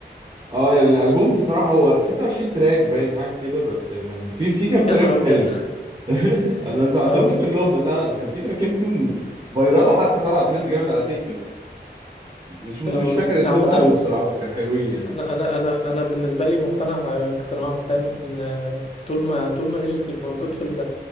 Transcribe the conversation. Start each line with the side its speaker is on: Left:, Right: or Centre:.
Right: اه يعني الالبوم بصراحه هو 26 تراك باين حاجه كده بس يعني في في كام
Left: يا
Right: تراك
Left: نهار
Right: حلو
Left: ابيض
Right: <laughs> انا
Left: <laughs>
Right: ما سمعتهمش
Left: اه
Right: كلهم بس انا كان في تراكين فيهم فايرال حتى طلع ترند جامد على تيك توك مش مش
Left: اه
Right: فاكر اسمهم
Left: عامه
Right: قوي بصراحه بس كانوا حلوين يعني
Left: انا انا انا انا بالنسبه لي مقتنع آه، اقتناع تام ان آه، طول ما طول ما ليجاسي موجود في ال